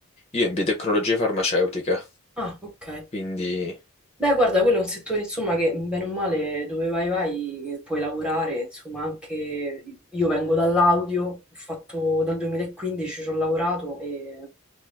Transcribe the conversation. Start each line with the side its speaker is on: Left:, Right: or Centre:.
Left: Io in biotecnologie farmaceutiche,
Centre: Ah, ok.
Left: quindi
Centre: Beh, guarda, quello è un settore, insomma, che bene o male dove vai vai puoi lavorare, insomma, anche io vengo dall'audio, ho fatto dal 2015 ci ho lavorato e